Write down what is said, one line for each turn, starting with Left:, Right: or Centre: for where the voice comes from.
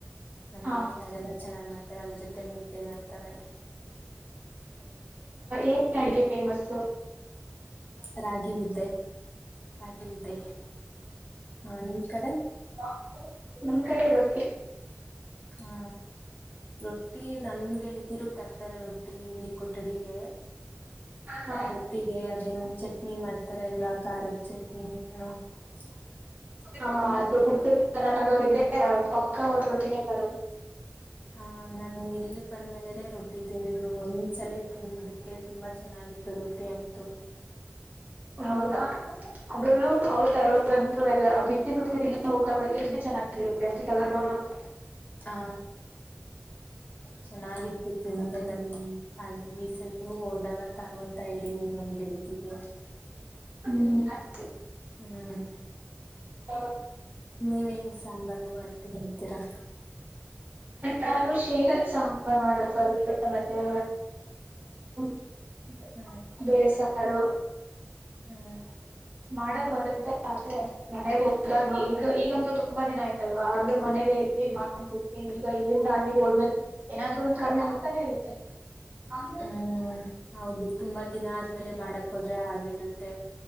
Left: ನಮ್ಮ
Right: ಹಾ
Left: ಮನಲಿ ಅದೆಲ್ಲ ಚೆನ್ನಾಗ್ ಮಾಡ್ತಾರೆ ಅದ್ರ ಜೊತೆ ಮುದ್ದೆ ಮತ್ತೆ ಮಾಡ್ತಾರೆ
Right: ಏ ಅಡಗೆ ಪೇಮಸ್
Left: ರಾಗಿ ಮುದ್ದೆ ರಾಗಿ ಮುದ್ದೆ ಹಾ ನಿಮ್ ಕಡೆ
Right: ಹೌದಾ ನಮ್ ಕಡೆ ವತಿ.
Left: ಹಾ. ರೊಟ್ಟಿ ನಮ್ ಗೆಳತಿರು ತರ್ತಾರೆ ರೊಟ್ಟಿ ಇಲ್ಲಿ ಕೊಠಡಿಗೆ.
Right: ಹಾ
Left: ಆ ರೊಟ್ಟಿಗೆ ಅದೇನೋ ಚಟ್ನಿ ಮಾಡ್ತಾರ ಅಲ್ವಾ ಖಾರದ ಚಟ್ನಿನ್ನು. <unintelligible>
Right: ಆ ಅದು ಉತ್ತರ ಕರ್ನಾಟಕದವರು ಇದ್ರೆ ಪಕ್ಕ ಅವ್ರ್ ರೊಟ್ಟಿನೆ ತರೋದು.
Left: ಹಾ. ನಾನು ಇಲ್ಲಿ ಬಂದ್ಮೇಲೆನೆ ರೊಟ್ಟಿ ತಿಂದಿದ್ದು ಒಂದ್ಸಲ ತಿಂದಿದ್ದಕ್ಕೆ ತುಂಬಾ ಚೆನ್ನಾಗಿತ್ತು ರೊಟ್ಟಿ ಅಂ ತುಂ
Right: ಹೌದಾ.
Left: <inaudible>
Right: ಅದ್ರಲ್ಲೂ ಅವರು ತರೋದಂತು ಎಲ್ಲ ಬಿಸಿ ಬಿಸಿಲ್ಲ ಊಟ ಒಳಗೆ ಎಲ್ಲ ಚೆನ್ನಾಗಿರುತ್ತೆ ಇದೆಲ್ಲ ನೋಡುವಾಗ.
Left: ಹಾ ಚೆನ್ನಾಗಿತ್ತು <unintelligible> ಇನ್ನೂ ಹೋದಾಗ ತರು ಅಂತ ಹೇಳಿದೀನಿ ನಮ್ ಗೆಳತಿಗೆ.
Right: <inaudible> ಹ್ಮ್.
Left: ಹ್ಮ್.
Right: <inaudible>
Left: ನೀವೇನ್ ಸಾಂಬಾರು ಆ ರೀತಿ ಮಾಡ್ತೀರಾ
Right: ನಾನು ಶೇಂಗಾದ್ ಸಾಂಬಾರ್ ಮಾಡೋಣ ಅಂತ <unintelligible> ಮತ್ತೆ <unintelligible>
Left: ಹ್ಮ್
Right: ಬೇಳೆ ಸಾರು.
Left: ಹ್ಮ್.
Right: ಮಾಡಕ್ ಬರುತ್ತೆ ಆದ್ರೆ ಮನೆ ಹೋದಗ ಈಗ ಈಗಂತು ತುಂಬಾ ದಿನ ಆಯ್ತಲ್ವಾ ಆಗ ಮನೇಲಿ ಮಾಡ್ ಬಿಟ್ಟಿ ಈಗ ಇಲ್ಲಿಂದ ಅಲ್ಲಿಗೆ ಹೋದ್ಮೇಲೆ ಏನಾದ್ರು ಒಂದ ಕಮ್ಮಿ ಆಗತಾನೆ ಇರುತ್ತೆ. ಹಾ
Left: ಹ್ಮ್ ಹೌದು ತುಂಬಾ ದಿನ ಆದ್ಮೇಲೆ ಮಾಡಕ್ ಹೋದ್ರೆ ಹಾಗೆ ಇರುತ್ ತ್ತೆ